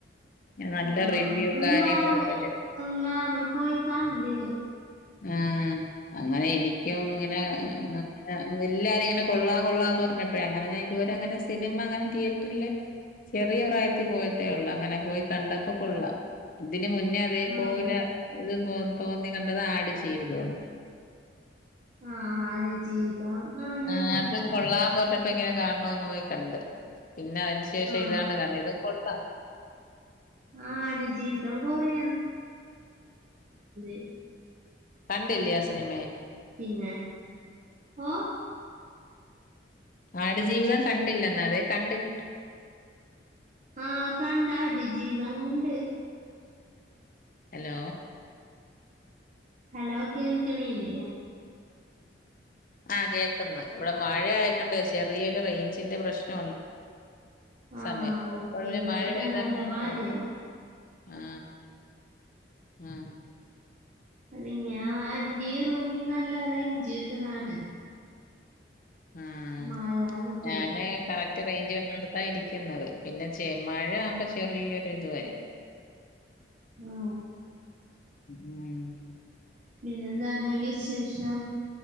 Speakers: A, on the left; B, on the right.
A: നല്ല
B: ആ
A: റിവ്യൂ
B: ഇപ്പ എല്ലാരും
A: കാര്യങ്ങളൊക്കെല്ലേ
B: എല്ലാരും പോയി കണ്ട്
A: ആ അങ്ങനെ എനിക്കും ഇങ്ങനെങ്ങനെ
B: ഉം.
A: എല്ലാരും ഇങ്ങനെ കൊള്ളാം കൊള്ളാംന്ന് പറഞ്ഞപ്പോഴ അങ്ങനെ ഞൻ ഇതുവരെ അങ്ങനെ സിനിമ അങ്ങനെ തീയറ്ററിൽ ചെറിയ പ്രായത്തിൽ പോയിട്ടേ ഉള്ളൂ അങ്ങനെ പോയി കണ്ടപ്പോ കൊള്ളാം ഇതിന് മുന്നേ പിന്നെ അതേപോലെ
B: ആണോ?
A: ഇത് പോ <unintelligible>
B: <unintelligible> ഞാൻ
A: ആ
B: കണ്ടതാ
A: അത് കൊള്ളാ തോ പ്പ എങ്ങനെ <unintelligible> കണ്ട് പിന്നെ അതിന് ശേഷം
B: ആ
A: ഇതാണ് കണ്ട്‌ ഇതും കൊള്ളാം.
B: ആടു ജീവിതം കൊറേ <unintelligible>
A: കണ്ടില്ലേ ആ സിനിമ
B: പിന്നെ ഓ
A: ആടുജീവിതം കണ്ടില്ല <unintelligible>
B: ആ കണ്ടാ മതി <unintelligible>
A: ഹലോ
B: ഹലോ കേൾക്കിണില്ലേ
A: ആഹ കേക്ക്ന്ന് ഇവിടെ മഴ ആയികൊണ്ട് ചെറിയൊരു റേഞ്ചിന്റെ പ്രശ്ന
B: ആ
A: സമേം <unintelligible>
B: ഇവിടെ
A: മഴ
B: അതാ
A: പെയ്ത
B: നല്ല
A: പിന്നെ
B: മഴയാ
A: പാട ആ ആ
B: അല്ല ഞാൻ ന്റെ ഈ റൂമിൽ നല്ല റേഞ്ച് കിട്ടണാണ്
A: ആഹ്
B: മഴ വന്നപ്പേഴ്
A: ഞാന് <unintelligible> ഇരിക്കുന്നത് പിന്നെ ചെ മഴ ആവുമ്പോ ചെറിയൊരു ഇത് വരു
B: ആ
A: ഉം
B: പിന്നെന്താണ് വിശേഷം